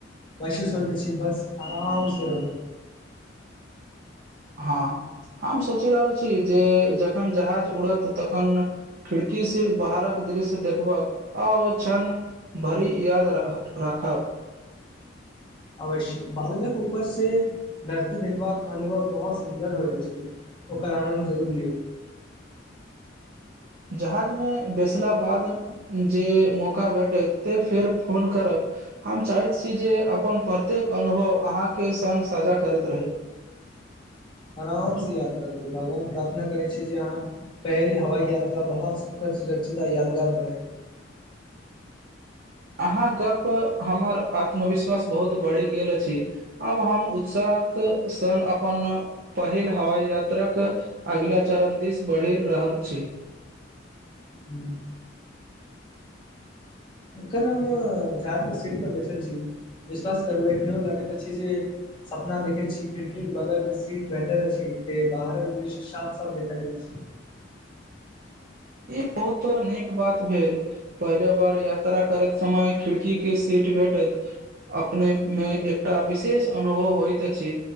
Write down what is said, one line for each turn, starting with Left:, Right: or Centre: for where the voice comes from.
Left: महसूस होइत अछि बस आरामसँ रहू
Right: हँ हम सोचि रहल छी जे जखन जहाज उड़त तखन खिड़की से बाहरक दृश्य देखबाक आओ क्षण भरि याद <unintelligible> राखब
Left: अवश्य बादलक ऊपर से धरती देखबाक अनुभव बहुत सुन्दर होइत अछि। ओकर आनन्द जरूर लियौ।
Right: जहाजमे बैसला बाद जे मौका भेटत ते फेर फोन करब हम चाहैत छी जे अपन प्रत्येक अनुभव अहाँके संग साझा करैत रही।
Left: आरामसँ यात्रा करू भगवान प्रार्थना करै छी जे अहाँ पहिल हवाई यात्रा बहुत सुखद सुरक्षित आ यादगार बनै
Right: अहाँक गप्प पर हमर आत्मविश्वास बहुत बढ़ि गेल अछि। आब हम उत्साहके संग अपन पहिल हवाई यात्राके अगिला चरण दिस बढ़ि रहल छी।
Left: हूंम्म। जखन हम जा कऽ सीट पर बैसल छी विश्वास करू एखनो लगैत अछि जे सपना देखैत छी खिड़की के बगल मे सीट भेटल अछि तेँ बाहरक दृश्य साफ साफ देखाइ दैत छी।
Right: ई ओ तो नीक बात भेल पहिले बार यात्रा करैत समय खिड़की के सीट भेटत अपने मे एकटा विशेष अनुभव होइत अछि।